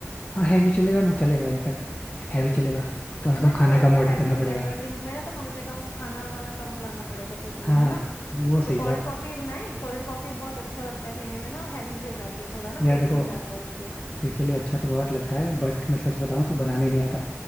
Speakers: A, on the left; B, on the left.
A: हाँ हैवी चलेगा ना चलेगा इनफैक्ट हैवी चलेगा तो कम से
B: है
A: कम
B: ना
A: खाना
B: थोड़ा
A: कम
B: सा
A: ऑर्डर
B: हैवी
A: करना
B: हो
A: पड़ेगा
B: जाएगा ड्रिंक में ना तो कम से कम खाना वाना कम लाना पड़ेगा फिर तुम्हें
A: हाँ
B: है ना
A: वो सही
B: तो कोल्ड
A: है आप
B: कॉफी बनाएं कोल्ड कॉफी बहुत अच्छा लगता है पीने में ना और हैवी भी हो जाती है थोड़ा ना
A: यार
B: पेट
A: देखो
B: भर जाता है उससे
A: लिटरली अच्छा तो बहुत लगता है बट मैं सच बताऊं तो बनाने नहीं आता